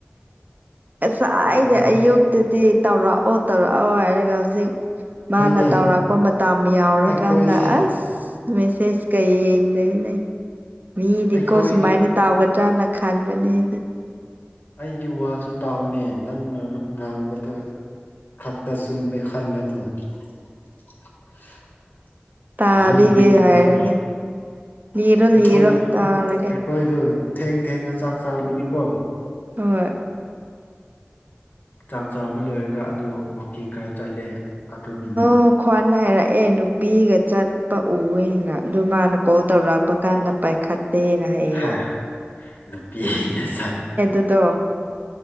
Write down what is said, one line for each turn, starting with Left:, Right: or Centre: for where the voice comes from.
Right: ꯉꯁꯥꯏꯒꯩꯗꯤ
Left: ꯉꯛꯑꯦ
Right: ꯑꯌꯨꯛꯇꯗꯤ ꯇꯧꯔꯛꯑꯣ ꯇꯧꯔꯛꯑꯣ ꯍꯥꯏꯔꯒ ꯍꯧꯖꯤꯛ ꯃꯥꯅ
Left: ꯍꯣꯏꯅꯦ
Right: ꯇꯧꯔꯥꯛꯄ ꯃꯇꯝ ꯌꯧꯔꯀꯥꯟꯗ
Left: ꯑꯩꯈꯣꯏꯁꯦ
Right: ꯑꯁ ꯃꯦꯁꯦꯁꯀ ꯌꯦꯡꯗꯣꯏꯅꯦ ꯃꯤꯗꯤꯀꯣ
Left: ꯑꯩꯈꯣꯏ
Right: ꯁꯨꯃꯥꯏꯅ ꯇꯧꯒꯗ꯭ꯔꯅ ꯈꯟꯕꯅꯦ ꯑꯩꯗꯤ
Left: ꯑꯩꯒꯤ ꯋꯥꯁꯨ ꯇꯥꯎꯅꯦ ꯅꯪꯅ ꯉꯥꯡꯕꯗ ꯈꯛꯇ ꯆꯨꯝꯃꯦ ꯈꯜꯂꯅꯨ <inaudible>
Right: ꯇꯥꯕꯤꯒꯦ
Left: ꯃꯤꯒꯤ ꯋꯥꯁꯨ
Right: ꯍꯥꯏꯔꯣꯅꯣ ꯂꯤꯔꯣ
Left: ꯑꯩꯈꯣꯏ
Right: ꯂꯤꯔꯣ ꯇꯥꯔꯒꯦ
Left: ꯑꯩꯈꯣꯏꯗꯣ ꯊꯦꯡ ꯊꯦꯡꯉꯥ ꯆꯥꯛ ꯆꯥꯕꯅꯤꯀꯣ
Right: ꯍꯣꯏ
Left: ꯆꯥꯛ ꯆꯥꯕ ꯂꯣꯏꯔꯒ ꯑꯗꯨ ꯋꯥꯛꯀꯤꯡ ꯈꯔ ꯆꯠꯂꯦ ꯑꯗꯨꯒꯤꯅꯦ
Right: ꯑꯣ ꯈ꯭ꯋꯥꯟꯅ ꯍꯥꯏꯔꯛꯑꯦ ꯅꯨꯄꯤꯒ ꯆꯠꯄ ꯎꯑꯦꯅ ꯑꯗꯨ ꯃꯥꯅ ꯀꯣꯜ ꯇꯧꯔꯛ ꯔꯛꯄ ꯀꯥꯟꯗ ꯄꯥꯏꯈꯠꯇꯦꯅ ꯍꯥꯏꯌꯦ
Left: ꯍꯥꯥ ꯅꯨꯄꯤꯅꯦ ꯁꯥꯠ
Right: ꯑꯗꯣ